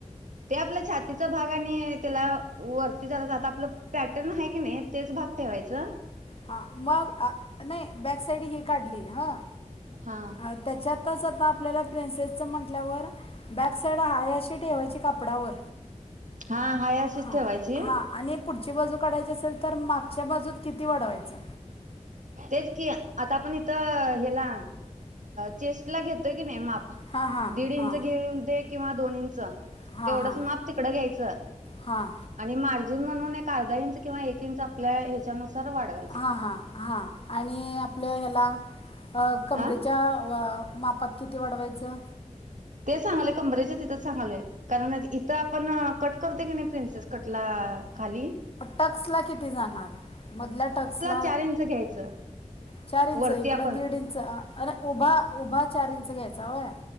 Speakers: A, on the right (about 75°); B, on the left (about 50°).
A: ते आपला छातीचा भाग आणि त्याला वरती जरायच आता आपलं पॅटर्न आहे की नाही. तेच भाग ठेवायच.
B: हा मग नाही बॅक साईड ही काढली हं
A: हा
B: अ त्याच्यातच आता आपल्याला प्रिन्सेसचं म्हटल्यावर. बॅक साईड हाय अशी ठेवायची कपडावर
A: हा हाय अशीच
B: हां
A: ठेवायची
B: हां. आणि पुढची बाजू काढायची असेल तर मागच्या बाजूत किती वाढवायचं?
A: तेच कि आता आपण इथं अ हेला चेस्ट ला घेतोय की नाही माप.
B: हां हां
A: दीड इंच
B: हां
A: घेऊन दे किंवा दोन इंच.
B: हां
A: तेवढंच
B: हां
A: माप तिकडं घ्यायचं.
B: हां
A: आणि मार्जिन म्हणून एक अर्धा इंच किंवा एक इंच आपल्या ह्याच्यानुसार वाढवायच.
B: हां हां हां आणि आपल्या ह्याला अ कमरेच्या
A: हा
B: अ मापात किती वाढवायचं?
A: तेच सांगालोय कमरेच्या तिथंच सांगालोय. कारण इथं आपण कट करते की नाही प्रिन्सेस कटला खाली.
B: टक्स ला किती जाणार मधल्या टक्सला.
A: चार इंच घ्यायचं.
B: चार इंच
A: वरती
B: इकड
A: आपण
B: दीड इंच अ अरे उभा उभा चार इंच घ्यायचा होय.